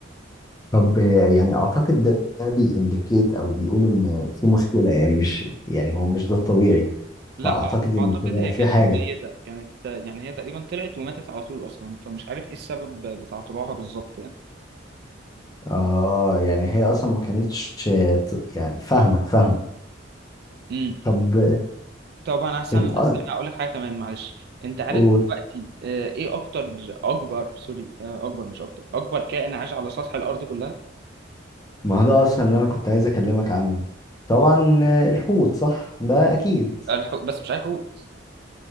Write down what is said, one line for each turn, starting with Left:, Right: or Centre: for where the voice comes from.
Left: طب آه، يعني اعتقد ده بيindicate او بيقولوا ان في مشكلة يعني مش يعني هو مش ده الطبيعي
Right: لا
Left: فاعتقد
Right: أع-
Left: ان
Right: اعتقد
Left: كده
Right: هي
Left: في
Right: كانت
Left: حاجة
Right: ميته كانت آه، يعني هي تقريبا طلعت وماتت على طول اصلا فمش عارف ايه السبب بتاع طلوعها بالظبط يعني
Left: اه يعني هي اصلا ما كانتش ت- يعني فاهمك فاهمك
Right: امم
Left: طب
Right: طبعا احسن
Left: انت
Right: استنى
Left: أ-
Right: اقول لك حاجه كمان معلش انت عارف
Left: قول
Right: دلوقتي آه، ايه اكتر اكبر سوري آه، اكبر مش اكتر اكبر كائن عاش على سطح الارض كلها
Left: ما هو ده اصلا اللي انا كنت عايز اكلمك عنه طبعا آه، الحوت صح ده اكيد
Right: آه، الحوت بس مش اي حوت